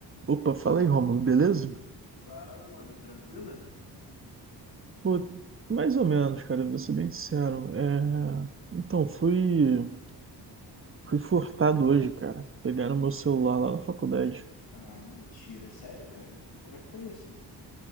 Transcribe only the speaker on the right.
Opa, fala aí, Rômulo, beleza?
Pô, mais ou menos, cara, vou ser bem sincero. É... Então, fui... fui furtado hoje, cara. Pegaram meu celular lá na faculdade.